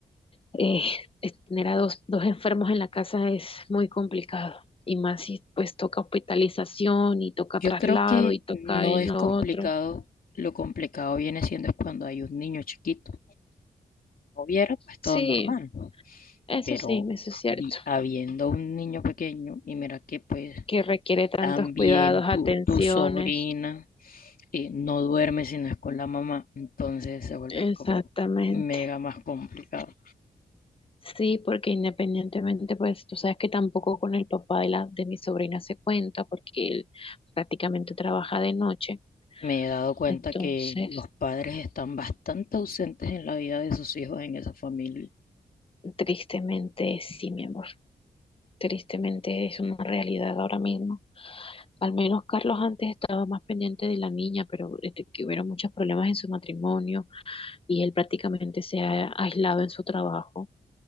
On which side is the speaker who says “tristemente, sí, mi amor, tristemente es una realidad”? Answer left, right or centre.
Left